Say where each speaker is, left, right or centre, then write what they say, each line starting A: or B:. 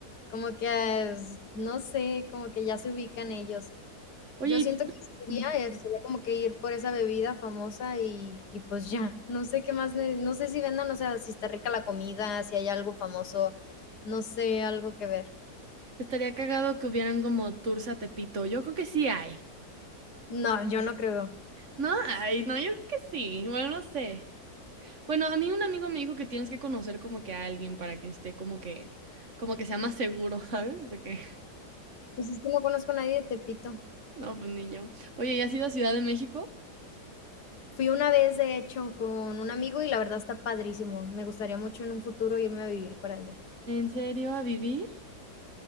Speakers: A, on the left; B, on the right.
A: Como que, es- no sé, como que ya se ubican ellos.
B: Oye,
A: Yo siento
B: ¿y
A: que
B: Ujú.
A: sería, eh, sería como que ir por esa bebida famosa y, y pues ya, no sé qué más, ne- no sé si vendan, o sea, si está rica la comida, si hay algo famoso, no sé, algo que ver.
B: Estaría cagado que hubieran como tours a Tepito. Yo creo que sí hay.
A: No, yo no creo.
B: ¿No? Ay, no, yo creo que sí. Bueno, no sé. Bueno, a mí un amigo me dijo que tienes que conocer como que a alguien para que esté como que, como que sea más seguro, <laughs> ¿sabes? De que,
A: Pues es que no conozco a nadie de Tepito.
B: <laughs> no, pues ni yo. Oye, ¿y has ido a Ciudad de México?
A: Fui una vez, de hecho, con un amigo y la verdad está padrísimo. Me gustaría mucho en un futuro irme a vivir para allá.
B: ¿En serio? ¿A vivir?